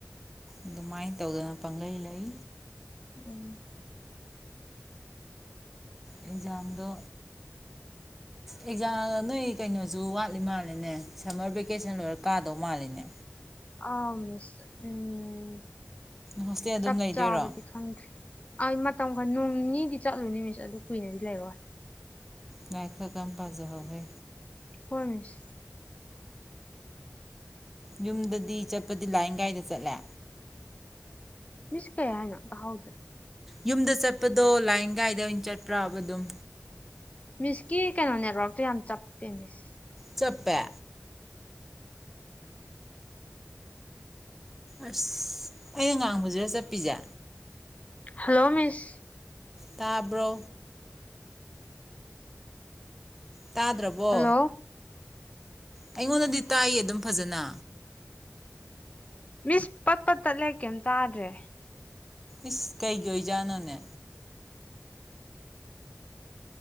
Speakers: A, in the centre; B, on the left (about 25°).
A: ꯑꯗꯨꯃꯥꯏꯅ ꯇꯧꯗꯅ ꯄꯪꯂꯩ ꯂꯩ
B: ꯎꯝ
A: ꯑꯦꯛꯖꯥꯝꯗꯣ ꯑꯦꯛꯖꯥꯝ ꯅꯣꯏ ꯀꯩꯅꯣꯁꯨ ꯋꯥꯠꯂꯤ ꯃꯥꯜꯂꯤꯅꯦ ꯁꯝꯃꯔ ꯚꯦꯀꯦꯁꯟ ꯂꯣꯏꯔ ꯀꯥꯗꯧ ꯃꯥꯜꯂꯦꯅꯦ
B: ꯑ ꯃꯤꯁ ꯎꯝ
A: ꯍꯣꯁꯇꯦꯜ ꯑꯗꯨꯝ
B: ꯆꯞ
A: ꯂꯩꯗꯣꯏꯔꯣ
B: ꯆꯥꯕꯗꯤ ꯈꯪꯗ꯭ꯔꯤ ꯑꯩ ꯃꯇꯝ ꯈꯔ ꯅꯣꯡ ꯅꯤꯅꯤꯗꯤ ꯆꯠꯂꯨꯅꯤꯅꯤ ꯃꯤꯁ ꯑꯗꯨ ꯀꯨꯏꯅꯗꯤ ꯂꯩꯔꯣꯏ
A: ꯂꯥꯢ ꯈ ꯀꯟ ꯄꯖꯍꯧ ꯍꯦ
B: ꯍꯣꯏ ꯃꯤꯁ
A: ꯌꯨꯝꯗꯗꯤ ꯆꯠꯄꯗꯤ ꯂꯥꯏꯟ ꯒꯥꯏꯗ ꯆꯠꯂꯦ
B: ꯃꯤꯁ ꯀꯩ ꯍꯥꯏꯅꯣ ꯇꯥꯍꯧꯗ꯭ꯔꯦ
A: ꯌꯨꯝꯗ ꯆꯠꯄꯗꯣ ꯂꯥꯏꯟ ꯒꯥꯏꯗ ꯑꯣꯏꯅ ꯆꯠꯄ꯭ꯔꯕ ꯑꯗꯨꯝ
B: ꯃꯤꯁꯀꯤ ꯀꯩꯅꯣ ꯅꯦꯠꯋꯔꯇꯣ ꯌꯥꯝ ꯆꯞꯄꯦ ꯃꯤꯁ
A: ꯆꯞꯄꯦ ꯑꯁ ꯑꯩꯅ ꯉꯥꯡꯕꯖꯤꯔꯣ ꯆꯠꯄꯤꯁꯦ
B: ꯍꯜꯂꯣ ꯃꯤꯁ
A: ꯇꯥꯕ꯭ꯔꯣ ꯇꯥꯗ꯭ꯔꯕꯣ
B: ꯍꯜꯂꯣ
A: ꯑꯩꯉꯣꯟꯗꯗꯤ ꯇꯥꯏꯌꯦ ꯑꯗꯨꯝ ꯐꯖꯅ
B: ꯃꯤꯁ ꯄꯛꯄ ꯇꯠꯂꯦ ꯀꯩꯝ ꯇꯥꯗ꯭ꯔꯦ
A: ꯏꯁ ꯀꯩꯒꯤ ꯑꯣꯏꯖꯥꯠꯅꯣꯅꯦ